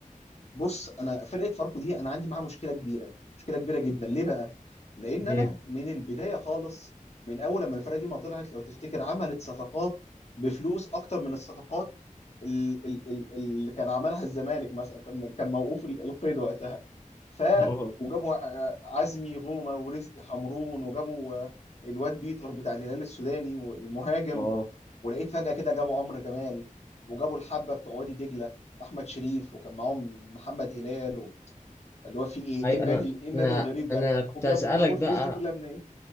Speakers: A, on the left (about 50°); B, on the left (about 20°).
A: بص انا فرقه فاركو دي انا عندي معاها مشكله كبيره مشكله كبيره جدا ليه بقى لان
B: ليه؟
A: انا من البدايه خالص من اول لما الفرقه دي ما طلعت لو تفتكر عملت صفقات بفلوس اكتر من الصفقات ال- ال- ال- اللي كان عملها الزمالك مثلا كان كان موقوف ال- القيد وقتها ف
B: اه
A: وجابوا ع- عزمي غومه ورزق حمرون وجابوا آه، الواد بيتر بتاع الهلال السوداني والمهاجم
B: اه
A: ولقيت فجأة كده جابوا عمرو جمال وجابوا الحبة بتوع وادي دجلة أحمد شريف وكان معاهم محمد هلال و... اللي هو في إيه؟
B: اي
A: إيه النادي
B: انا
A: إيه النادي
B: انا
A: الغريب ده؟
B: انا كنت
A: وجاب
B: هسألك
A: وجابوا الفلوس
B: بقى
A: دي كلها منين؟